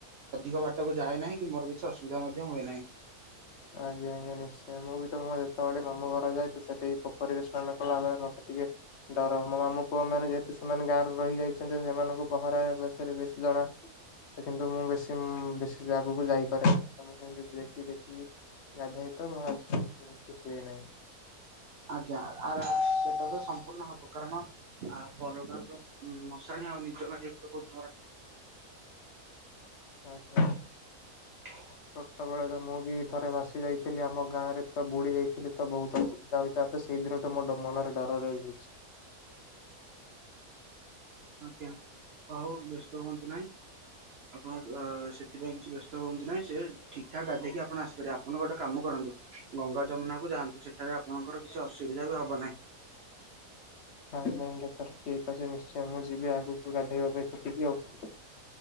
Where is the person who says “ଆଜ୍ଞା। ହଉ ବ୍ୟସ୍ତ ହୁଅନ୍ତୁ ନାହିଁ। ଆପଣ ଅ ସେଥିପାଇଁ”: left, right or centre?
Right